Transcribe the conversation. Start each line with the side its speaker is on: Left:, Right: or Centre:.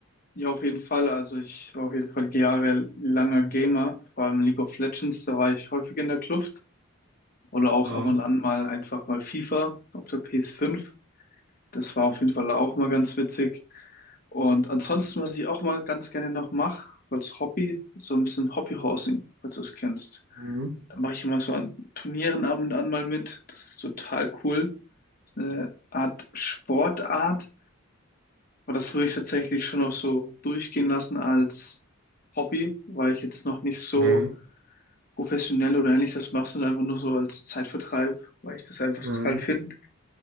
Left: Ja, auf jeden Fall. Also ich war auf jeden Fall jahrelanger Gamer, vor allem League of Legends, da war ich häufig in der Kluft. Oder auch
Right: Mhm.
Left: ab und an mal einfach mal FIFA auf der PS5. Das war auf jeden Fall auch mal ganz witzig. Und ansonsten, was ich auch mal ganz gerne noch mache, als Hobby, so ein bisschen Hobbyhorsing, falls du es kennst.
Right: Mhm.
Left: Da mache ich immer so an Turnieren ab und an mal mit. Das ist total cool. Das ist eine Art Sportart, aber das würde ich tatsächlich schon noch so durchgehen lassen als Hobby, weil ich jetzt noch nicht so
Right: Mhm.
Left: professionell oder ähnlich das mache, sondern einfach nur so als Zeitvertreib, weil ich das einfach
Right: Mhm.
Left: total finde